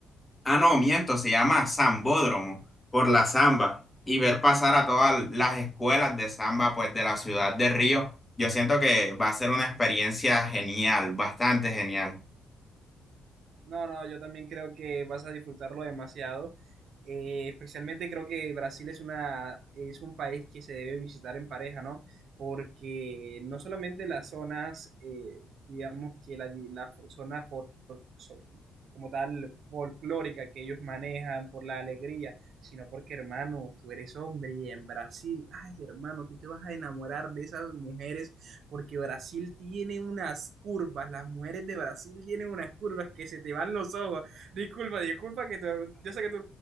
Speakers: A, on the left; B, on the right.
A: ah, no, miento, se llama Zambódromo, por la samba, y ver pasar a todas las escuelas de samba, pues, de la ciudad de Río, yo siento que va a ser una experiencia genial, bastante genial.
B: No, no, yo también creo que vas a disfrutarlo demasiado. Eh, especialmente creo que Brasil es una, es un país que se debe visitar en pareja, ¿no? Porque no solamente las zonas, eh, digamos que la, la fo- zona fol- so- como tal folclórica que ellos manejan por la alegría sino porque, hermano, tú eres hombre y en Brasil, ay, hermano, tú te vas a enamorar de esas mujeres porque Brasil tiene unas curvas, las mujeres de Brasil tienen unas curvas que se te van los ojos. Disculpa, disculpa que tú- yo sé que tú